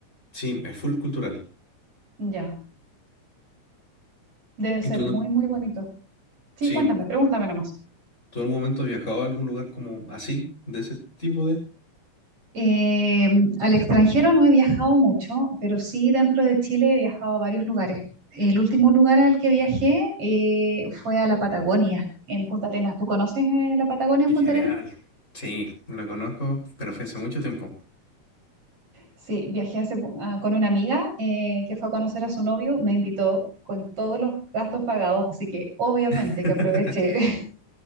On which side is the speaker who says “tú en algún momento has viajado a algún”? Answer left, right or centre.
Left